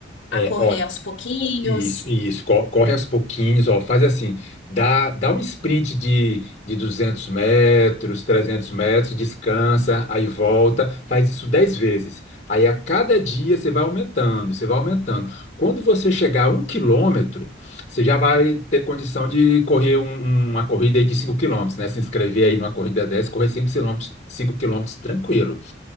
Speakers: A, on the left; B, on the left.
A: É,
B: a correr
A: ó.
B: aos pouquinhos.
A: Isso, isso, co- corre aos pouquinhos, ó, faz assim, dá, dá um sprint de, de 200 metros, 300 metros, descansa, aí volta, faz isso 10 vezes. Aí a cada dia você vai aumentando, você vai aumentando. Quando você chegar a um quilômetro, você já vai ter condição de correr um- um, uma corrida aí de 5 quilômetros, né? Se inscrever aí numa corrida dessa, correr 5 quilômetros, 5 quilômetros tranquilo.